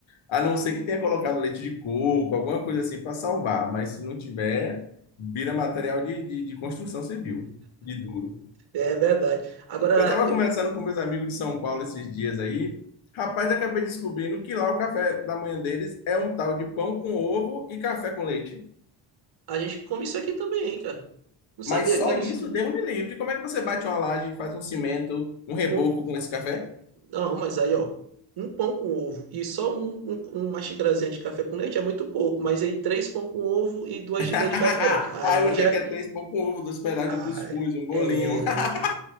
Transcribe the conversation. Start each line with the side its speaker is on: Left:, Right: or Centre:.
Left: A não ser que tenha colocado leite de coco, alguma coisa assim para salvar. Mas se não tiver, vira material de, de, de construção civil, de duro.
Right: É verdade. Agora,
Left: Eu estava conversando com meus amigos de São Paulo esses dias aí. Rapaz, acabei descobrindo que lá o café da manhã deles é um tal de pão com ovo e café com leite.
Right: A gente come isso aqui também, hein, cara. Não sabia
Left: Mas só
Right: que eles.
Left: isso, Deus me livre. Como é que você bate uma laje, faz um cimento, um reboco
Right: Com...
Left: com esse café?
Right: Não, mas aí, ó. Um pão com ovo e só um, um- uma xicrazinha de café com leite é muito pouco, mas aí três pão com ovo e duas
Left: <laughs>
Right: xícaras de café. Aí
Left: Aí você
Right: já.
Left: quer três pão com ovo, dois pedaços
Right: ah,
Left: de cuscuz, um bolinho.
Right: é,
Left: <laughs>